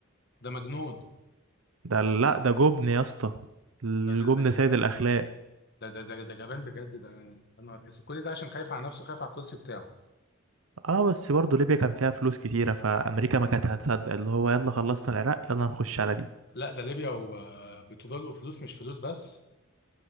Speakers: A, on the left; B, on the right.
A: ده مجنون
B: ده لأ ده جبن يا اسطى الجبن
A: ده ده ده جبان
B: سيد الأخلاق
A: ده ده ده ده جبان بجد ده انا كل ده عشان خايف على نفسه خايف على الكرسي بتاعه
B: اه بس برضه ليبيا كان فيها فلوس كتيرة فأمريكا ما كانت هتصدق اللي هو يلا خلصنا العراق يلا نخش على دي
A: لا ده ليبيا وبترول وفلوس مش فلوس بس